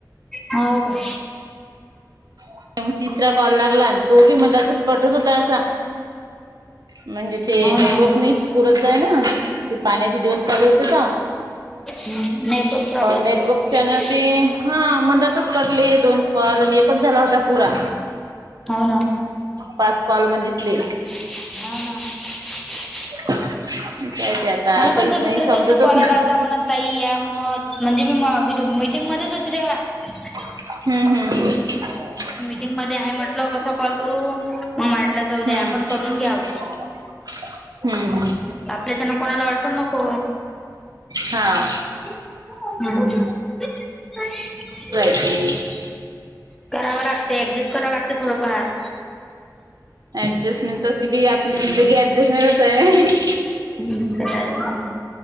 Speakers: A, in the centre; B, on the right.
A: हाव काय
B: मग काय मग तिसरा कॉल लागला, तो बी मध्यतच तर कटच होतोय असा. म्हणजे ते
A: हो
B: नेटवर्क
A: ना
B: नाही पुरतय ना, ते पाण्याचे दिवस चालू आहेत तिथ.
A: हम्म नेटवर्क प्रॉब्लेम आहे.
B: नेटवर्कच्या न ते हा मंदातच कटले. दोन कॉल आणि एकच झाला होता पुरा.
A: हो ना
B: पास कॉल म्हणजे प्ले
A: हा ना
B: जाऊदे आता.
A: मला
B: काहीच
A: पण त्या दुसऱ्या
B: नाही समजतच
A: ताईचा कॉल
B: नाही
A: आला
B: ते
A: होता म्हण ताई या म्हण म्हणजे मी म मटिंगमध्येच होती तेवा <inaudible>
B: हम्म हम्म हम्म
A: मिटीगमध्ये आहे म्हटल कस कॉल करू. मग माटलं जाऊ द्या
B: हम्म
A: आपण करून घ्याव.
B: हम्म हम्म
A: आपल्याच्यांना कुणाला अडचण नको
B: हा
A: ह
B: हो
A: कराव लागत. ऍडजस्ट कराव लागते थोडफार.
B: ऍडजस्टमेंट तशी बी आपली जिंदगी ऍडजस्टमेंट व्हायला तयार आहे.
A: हम्म